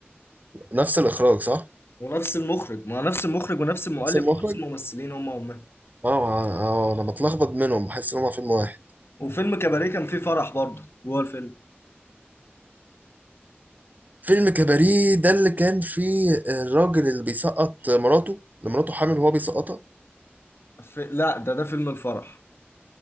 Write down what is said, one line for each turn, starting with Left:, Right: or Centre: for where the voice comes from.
Right: نفس الاخراج صح
Left: ونفس المخرج ما نفس المخرج ونفس المؤلف
Right: نفس المخرج
Left: ونفس الممثلين هم هم
Right: اه اه انا بتلخبط منهم بحس ان هم فيلم واحد
Left: وفيلم كباريه كان فيه فرح برضه جوه الفيلم
Right: فيلم كباريه ده اللي كان فيه الراجل اللي بيسقط مراته اللي مراته حامل وهو بيسقطها
Left: في... لا ده ده فيلم الفرح